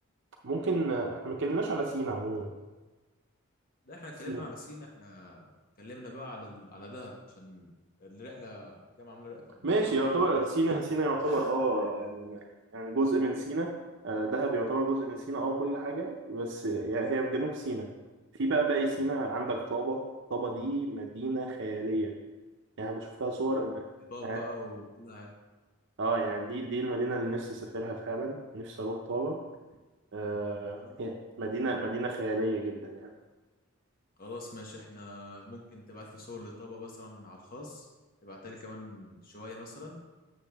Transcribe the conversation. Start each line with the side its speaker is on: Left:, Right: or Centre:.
Right: ممكن آه، احنا ما اتكلمناش على سينا عموما
Left: لا احنا اتكلمنا
Right: سينا
Left: على سينا احنا اتكلمنا بقى على ال... على دهب عشان الرحلة الجامعة عاملة الجامعة
Right: ماشي
Left: عاملة
Right: يعتبر
Left: رحلة هناك
Right: سينا سينا يعتبر اه يعني يعني جزء من سينا آه، دهب يعتبر جزء من سينا اه كل حاجة بس يعني هي في جنوب سينا في بقى باقي سينا عندك طابة طابة دي مدينة خيالية يعني أنا بشوف لها صور
Left: إضاءة
Right: اه
Left: بقى وكل حاجة
Right: آه، يعني دي دي المدينة اللي نفسي اسافرها فعلا نفسي اروح طابة آه
Left: خلاص
Right: هي مدينة مدينة خيالية جدا يعني
Left: خلاص ماشي احنا ممكن تبعت لي صور لطابة مثلا على الخاص تبعتها لي كمان شوية مثلا